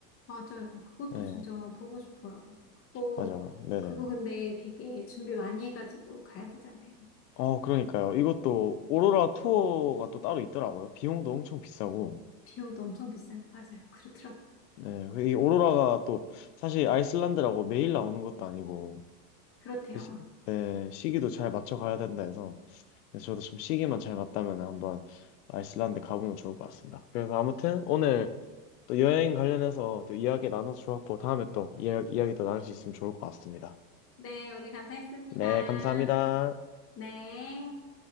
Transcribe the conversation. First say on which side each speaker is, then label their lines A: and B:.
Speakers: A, on the left; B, on the left.
A: 맞아요. 그것도
B: 네,
A: 진짜 보고 싶어요. 그거
B: 맞아요. 네네.
A: 그거 근데 되게 준비 많이 해가지고 가야 되잖아요.
B: 어, 그러니까요. 이것도 오로라 투어가 또 따로 있더라고요. 비용도 엄청 비싸고.
A: 비용도 엄청 비싸요. 맞아요. 그렇더라고요.
B: 네, 그이 오로라가 또 사실 아이슬란드라고 매일 나오는 것도 아니고,
A: 그렇대요.
B: 그 시, 네, 시기도 잘 맞춰 가야 된다 해서. 그래서 저도 좀 시기만 잘 맞다면 한번 아이슬란드 가보면 좋을 것 같습니다. 그래서 아무튼 오늘 또 여행 관련해서 또 이야기 나눠서 좋았고 다음에 또 이야, 이야기 또 나눌 수 있으면 좋을 것 같습니다.
A: 네, 오늘 감사했습니다.
B: 네, 감사합니다.
A: 네.